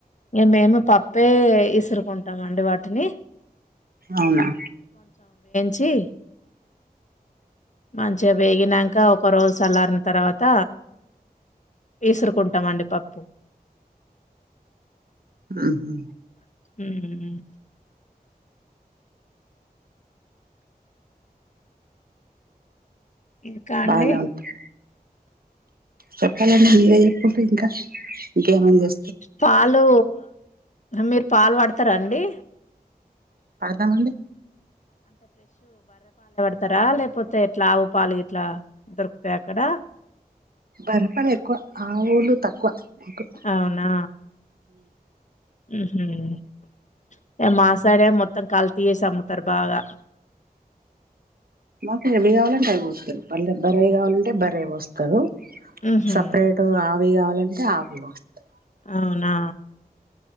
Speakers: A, on the left; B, on the right.
A: ఇగ మేమే పప్పే ఇసురుకుంటాం అండి వాటిని.
B: ఔనా
A: చి మంచిగా వేగిన్నాకా ఒక రోజు సల్లారిన తర్వాత ఇసురుకుంటాం అండి పప్పు.
B: ఉహు
A: ఊహ్ ఇంకా అండి.
B: బాగానే ఉంటాయి చెప్పాలండి మీరే చెప్పుండ్రి ఇంకా ఇంకేమేం చేస్
A: పాలు మీర్ పాల్ వాడుత్ తరా అండి
B: పడతమండి
A: స్తరా లేకపోతే ఎట్లా ఆవు పాలు గిట్లా దొరుకుతాయి అక్కడ.
B: బర్రె పాలు ఎక్కువ ఆవు పాలు తక్కువ. మాకు
A: ఔనా ఉ హ్ ఉ హ్ ఏ మా సైడే మొ మొత్తం కల్తీ చేసి అమ్ముతారు బాగా.
B: మాకు ఏవి కావాలంటే అవి పోస్తారు పళ్ళె బర్రెయ్యి కావాలంటే బర్రెయి పోస్తారు.
A: ఉహు
B: సెపరేటు ఆ వుయి కావాలంటే ఆవుయి పోస్తారు
A: అవునా